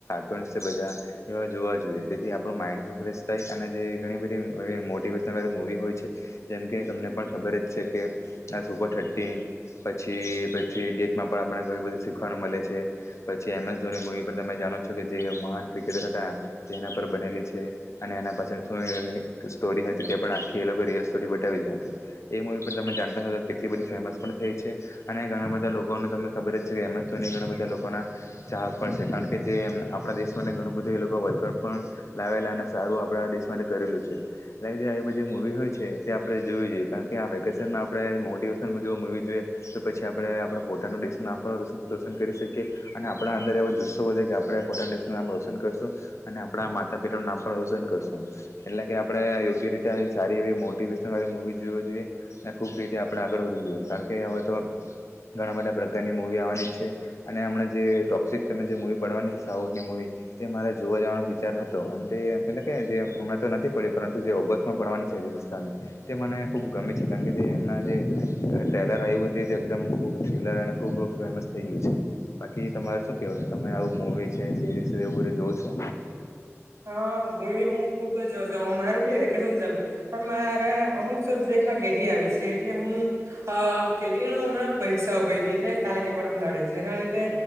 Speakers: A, on the left (about 70°); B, on the right (about 80°).
A: બધા એ જોવા જોઈએ તેથી આપણું માઇન્ડ ફ્રેશ થાય અને જે ઘણી બધી મોટેશ મવી હોય છે જેમ કે તમને પણ ખબર જ છે કે આ સુપર થર્ટીન પછી થ્રી ઇડિયટમાં પણ આપને ઘણી બધું શીખવાનું મળે છે પછી એમ એસ ધોની મુવી પણ તમે જાણો છો તોકે જે મહાન ક્રિકેટર હતા તે એના પર બનેલી છે અને એના પાછળ થું સ્ટોરી હતી તે પણ આી લ સ બલી હતી તમે જાણતાટલી બધ ફેમસ થઈ છે અને બધા લોકોને તમને ખબર જ છે કે એમસ ધોની ઘણા બધા લોકો ના ચાહક પણ છે કારણ કે જે આપણા દેશ માટે ઘણું બધું એ લોકો વર્લ્ડ કપ પણ લાવેલા સારું આપણા દેશ માટે કરેલું છે લાઈઇક જે એ બધી મૂવી હોય છે તે આપણે જોવી જોઈએ કારણ કે આ વેકેશનમાં આપણે મોટિવેશન બધી મૂવી જોઈએ તો પછી આપડે આપ પોતાનુંિ નામ પણ રોશન કરી શકીએ અને આપણા અંદર એવાો જુસ્સો વધારે કે આપણે પોટણ દેશનું નામ રોશન કરશું અને આપણા માતા પિતાનું નામ પણ રોશન કરશું એટલે કે આપણે યોગ્ય રીતે સારી એવી મોેશનવી જો જોઈએ અને ખૂબ રીતે આપણે આગળ વધવું જોઈએ કારણ કે તો ઘણા બધા પ્રકારની મૂવી આવવાની જ છે અને હમણાં જે ટોક્સિક જે મૂવી બનવાની છે સાઉથની મૂવી તે મારે જોવા જવાનો વિચાર હતો અને તે એટલે કે જે હમણાં તો નથી પડી્યું પરંતુ જે ઓગસ્ટમાં ભણવાની સેરી વિસ્તારની તે મને ખૂબ ગમે છે કારણ કે જે એમના જે્રેલર આવવું તે જ એકદમ ખૂબ થ્રીલર અને ખૂબ ફેમસ થઈ ગયું છે બાકી તમારે શું કેહેવું છે તમે આવું મુવી છે સિરીઝ છે એવું બધું જોઉં છો
B: હા હ ભોઈ હું ખુબજ મારું બી વેકેશન ચાલે પણ મારા અમુક સબ્જેક્ટમાં કેટી આવી છે એટલે હું કેટી હમણાં પરીક્ષા અપાઈ હતી એટલે કાલે કે પરમ દાડે જેના લીધે